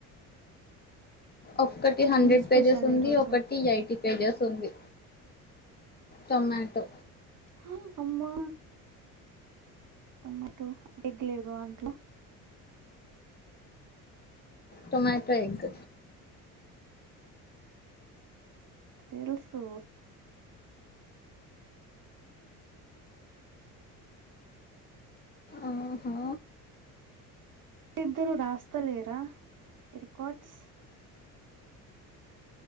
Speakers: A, on the left (about 20°); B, on the right (about 45°).
A: ఒక్కటి హండ్రెడ్
B: ఏం స్పెషల్
A: పేజెస్ ఉంది
B: ఈరోజు
A: ఒకటి ఎయిటీ పేజెస్ ఉంది టొమాటో
B: హో అమ్మా టొమాటో ఎగ్ లేదు అంట్ల
A: టొమాటో ఎగ్
B: తెలుసు అ
A: ఆహా
B: ఇద్దరు రాస్తలేరా రికార్డ్స్